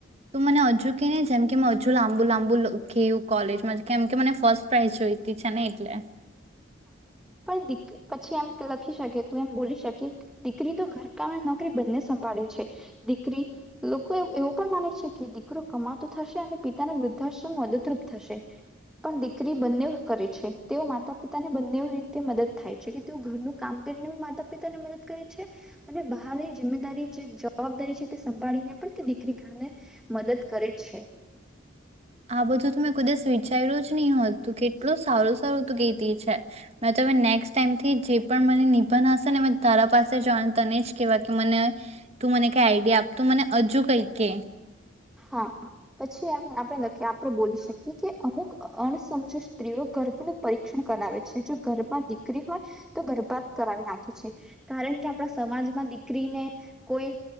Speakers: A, on the right (about 35°); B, in the centre.
A: તો મને હજુ કે નહી જેમ કે મે હજુ લાંબુ લાંબુ કેયું કોલેજમાં કેમ કે મને ફર્સ્ટ પ્રાઈઝ જોઈતી છે ને એટલે
B: પણ દી પછી એમ લખી શકે તું એમ બોલી શકે દીકરી તો ઘરકામ નોકરી બંને સંભાળે છે દીકરી લોકો એવો પણ માને છે કે દીકરો કમાતો થશે અને પિતાને વૃદ્ધાશ્રમ મદદરૂપ થશે પણ દીકરી બંને કરે છે તેઓ માતા પિતાને બંને રીતે મદદ થાય છે કે તેઓ ઘરનું કામ કરીને માતા પિતા ને મદદ કરે છે અને બહારની જિમ્મેદારી જે જવાબદારી છે તે સંભાળીને પણ તે દીકરી ઘરને મદદ કરે છે
A: આ બધું તો મેં કુદસ વિચાર્યું જ નહી હોતું કેટલું સારું સારું તું કતી છે મે તમે નેક્સ્ટ ટાઈમથી જે પણ મને નિભા હશે ને મેં તારા પાસે જ તને જ કેહેવાય કે મને તું મને કઈ આઈડિયા આપ તું મને હજુ કઈ કે
B: હા પછી એમ આપણે આપણે બોલી શકીએ કે અમુક અણસજુ સ્ત્રીઓ ગર્ભનું પરીક્ષણ કરાવે છે જો ગર્ભા દીકરી હોય તો ગર્ભાત કરાવી નાખે છે કારણ કે આપણા સમાજમાં દીકરીને કોઈ